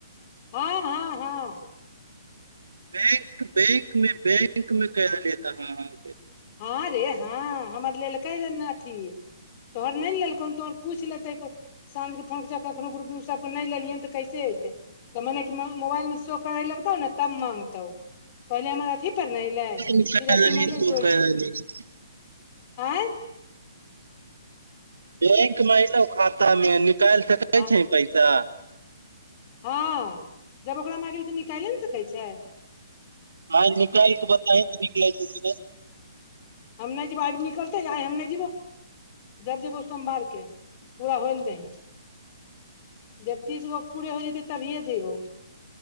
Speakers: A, on the left; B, on the right.
A: हँ हँ। हँ
B: बैंक बैंक मे बैंक में कहि रहलियै त हाँ हाँ के।
A: हँ रे हँ हमर लेल कै ले ने अथी। तोहर नहि ने लेलकौ तोहर पूछि लेतै। साँझ के फोन क कखनो ग्रुप मे सबके नहि लेलियैन तऽ कैसे अयतै। तऽ मने कि मोबाइल मे शो करए लगतौ ने तब माँगतौ। पहिले हमर अथी पर ने एलै फेर
B: निकालि
A: अथी
B: रहली
A: मे अयलै ने त ओइसे
B: <inaudible>
A: ऑंय
B: बैंक मे एलौ खाता मे निकालि सकै
A: हँ
B: छै पैसा।
A: हँ जब ओकरा मरजी त निकाइले ने सकै छै।
B: हॅं निकालि कऽ बताहि कि निकलै छै कि नै।
A: हम नहि जेबौ आइ म निकलतै आइ हम नहि जेबौ। जब जेबौ सोमवार के पूरा होयल दही। जब तीस गो पुुरे होइ जेतौ तभीए जयबौ।